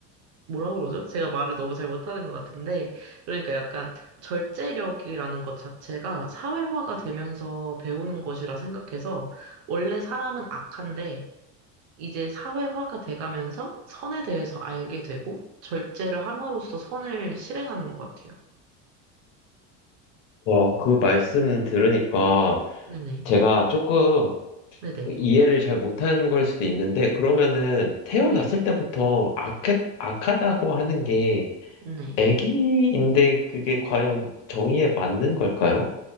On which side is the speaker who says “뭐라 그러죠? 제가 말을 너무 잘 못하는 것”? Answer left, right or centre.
Right